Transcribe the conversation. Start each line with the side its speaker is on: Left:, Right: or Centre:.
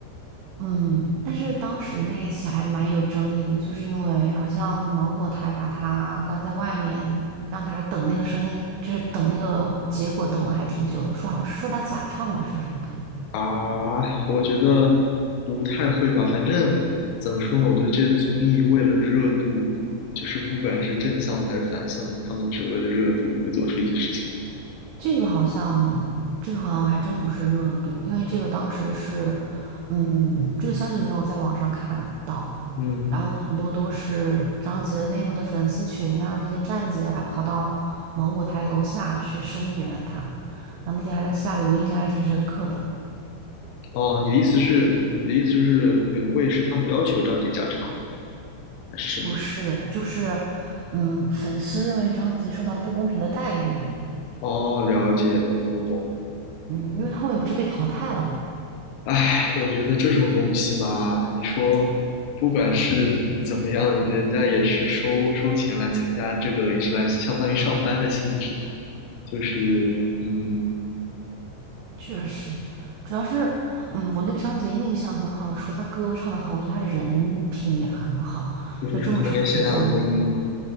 Right: 嗯，但是当时那一起还蛮有争议的，就是因为好像芒果台把他关在外面，让他等那个声音，就是等那个结果，等了还挺久的，说好像是说他假唱吧，是什么的。
Left: 啊，我觉得不太会吧。反正怎么说呢，我觉得这些综艺为了热度，就是不管是正向的还是反向的，他们只为了热度会做出一些事情来。
Right: 这个好像，这个好像还真不是热度，因为这个当时是，嗯，这个消息没有在网上看到。
Left: 嗯，
Right: 然后很多都是张杰的内部的粉丝群啊，那些站姐啊，跑到芒果台楼下去声援他。然后那天还在下雨，我印象还挺深刻的。
Left: 哦，你的意思是，你的意思是哪个卫视他们要求张杰假唱吗？还是什么？
Right: 不是，就是，嗯，粉丝认为张杰受到了不公平的待遇，
Left: 哦，了解了，我懂了。
Right: 嗯，因为他后面不是被淘汰了嘛。
Left: 唉，我觉得这种东西吧，你说不管是怎么样，人家也是收收钱来参加这个，也是来相当于上班的性质，就是嗯，
Right: 确实，主要是，嗯，我对张杰印象很好，除了他歌唱的好，我觉得他人品也很好。
Left: 就是你说他跟谢娜的婚姻吗？
Right: 就这么长时间。